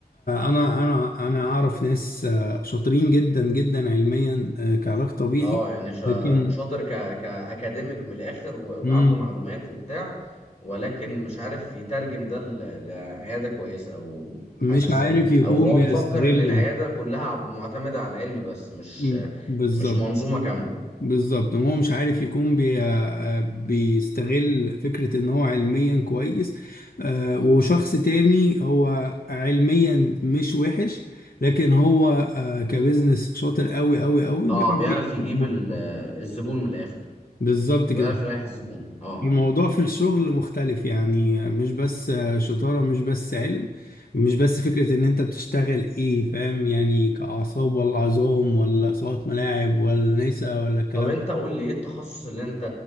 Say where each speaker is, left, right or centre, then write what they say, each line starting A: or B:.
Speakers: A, on the left; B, on the left.
A: انا انا انا اعرف ناس آه، شاطرين جدا جدا علميا آه، كعلاج طبيعي
B: اه يعني شا-
A: لكن
B: شاطر ك كاكاديميك من الاخر و-
A: مم،
B: وعنده معلومات وبتاع ولكن مش عارف يترجم ده ل- لعياده كويسه او
A: مش
B: حاسس
A: عارف يكون
B: او هو
A: بيستغل
B: مفكر ان العياده
A: ده
B: كلها معتمده على العلم بس مش
A: مم، بالظبط
B: مش منظومه كامله
A: بالظبط ما هو مش عارف يكون بي... آه، آه، بيستغل فكرة ان هو علميا كويس آه، وشخص تاني هو علميا مش وحش لكن هو آه، كبزنس شاطر قوي قوي قوي
B: اه
A: بيعرف
B: بيعرف
A: يجذب
B: يجيب
A: المرأة
B: ال- آه، الزبون من الاخر
A: بالظبط
B: ويعرف
A: كده
B: يريح الزبون اه
A: الموضوع في الشغل مختلف يعني آه، مش بس آه، شطارة مش بس علم مش بس فكرة ان انت بتشتغل ايه فاهم يعني كأعصاب ولا عظام ولا صوت ملاعب ولا نسا ولا الكلام
B: طب انت قول لي ايه التخصص اللي انت